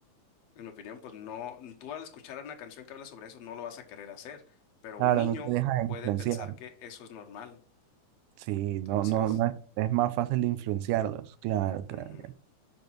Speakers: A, on the left; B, on the right.
A: En mi opinión, pues no, tú al escuchar una canción que habla sobre eso no lo vas a querer hacer, pero
B: Claro,
A: un niño
B: no te dejas
A: puede
B: influenciar.
A: pensar que eso es normal.
B: Sí,
A: Entonces,
B: no, no, no es, es más fácil de influenciarlos. Claro, claro.
A: ujú.